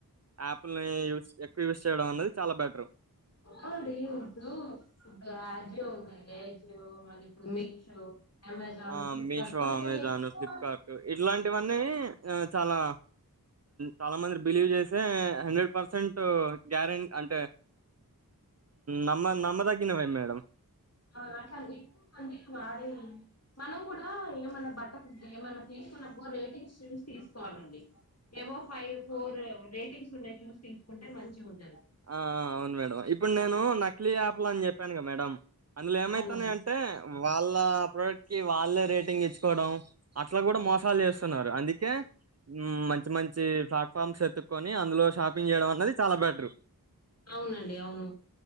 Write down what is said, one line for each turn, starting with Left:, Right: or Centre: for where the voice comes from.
Right: యాపుల్ని యూస్ ఎక్కువ యూస్ చేయడం అనేది చాలా బెటరు.
Left: అవునండి ఇప్పుడు ఇప్పుడు అజియో ఉన్నాయి ఏ జియో మల్లి ఇప్పుడు మీషో అమెజాన్
Right: ఆ
Left: ఫ్లిప్కార్ట్
Right: మీషో
Left: కొన్ని
Right: అమెజాన్
Left: కొన్ని ఎక్కువ
Right: ఫ్లిప్కార్ట్ ఇట్లాంటివన్నీ ఆ చాలా చాలా మంది బిలీవ్ చేసే హండ్రెడ్ పర్సెంట్ గ్యార అంటే నమ్మ నమ్మ దగినవే మేడం
Left: అ అట్లా ఎక్కువ మందికి వాడేవి మనం కూడా ఏమన్నా బట్ట ఏమైన్నా తీసుకున్నప్పు రేటింగ్స్ చూసి తీసుకోవాలండి ఏవో ఫైవ్ ఫోర్ రేటింగ్ ఇంగస్ చూసి తీసుకుంటే మంచిగా ఉంటాయి
Right: ఆ అవును మేడం ఇప్పుడు నేను నకిలీ ఆప్ల్ అని చెప్పానుగాద మేడం అందులో ఏమైతున్నాయ
Left: అవునవును
Right: అంటే వాళ్ళ ప్రోడక్ట్ కి వాళ్ళే రేటింగ్ ఇచ్చుకోవడం అట్లా కూడా మోసాలు చేస్తున్నారు అందుకే మంచి మంచి ప్లాట్ఫామ్స్ ఎతుకొని అందులో షాపింగ్ చేయడం అనేది చాలా బెటర్
Left: అవునండి అవును